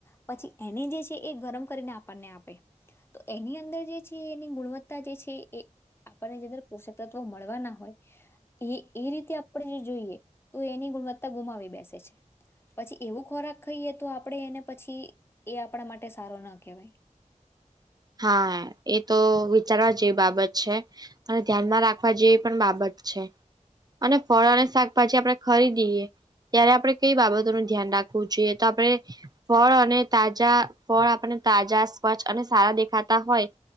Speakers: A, on the left; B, on the right.
A: પછી એને જે છે એ ગરમ કરીને આપણને આપે તો એની અંદર જે છે એની ગુણવત્તા જે છે એ આપણને જે અંદર પોષક તત્વ મળવાના હોય એ એ રીતે આપણે જે જોઈએ તો એની ગુણવત્તા ગુમાવી બેસે છે. પછી એવું ખોરાક ખાઈએ તો આપડે એને પછી એ આપણા માટે સારો ના કહેવાય
B: હા એ તો વિચારવા જેવી બાબત છે. અને ધ્યાન રાખવા જેવી પણ બાબત છે્ અને ફળ અને શાકભાજી આપણેે ખરીદીએ ત્યારે આપણે કઈ બાબતો નું ધ્યાન રાખવું જોઈએ તો આપણે ફળ અને તાજા ફળ આપણને તાજા સ્વચ્છ અને સારા દેખાતા હોય